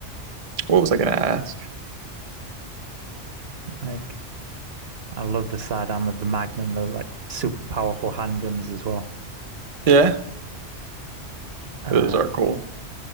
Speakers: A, on the right; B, on the right.
A: what was I gonna ask?
B: Like I love the sidearm of the Magnum. They're like super powerful handguns as well.
A: Yeah.
B: Uh,
A: Those are cool.